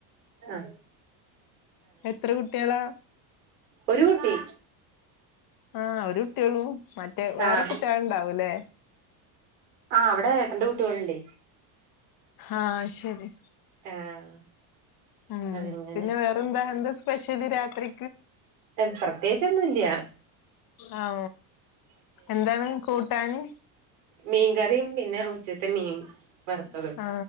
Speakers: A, on the right; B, on the left.
A: ആ
B: എത്ര കുട്ടികളാ
A: ഒരു കുട്ടി
B: ആ ഒരു കുട്ടിയള്ളൂ മറ്റേ വേറെ
A: ആഹ്
B: കുട്ടികൾ ഉണ്ടാവൂല്ലേ
A: ആഹ് അവിടെ ഏട്ടന്റെ കുട്ടികളുണ്ട്
B: ആ ശരി
A: ആഹ്
B: ഉ
A: അങ്ങനെ
B: പിന്നെ വേറെന്താ എന്താ സ്പെഷ്യല് രാത്രി
A: പ്രത്യേകിച്ചൊന്നും ഇല്ല
B: ആ എന്താണ് കൂട്ടാന്
A: മീൻകറിയും പിന്നെ ഉച്ചത്തെ മീൻ വറുത്തതും
B: ആ